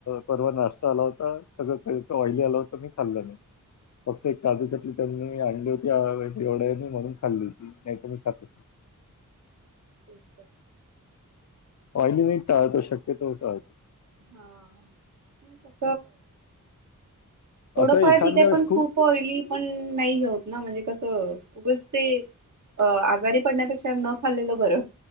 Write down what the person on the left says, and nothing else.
परवा नाश्ता आला होता सगळं ऑ आ खाल् नाही
फक्त काजू घ हो एवढ्या म्हणून खाल्ली होती नाही मी खात
ऑईल मी टाळतो शक्यतो टाळतो
असं एखाद्या
वेळेस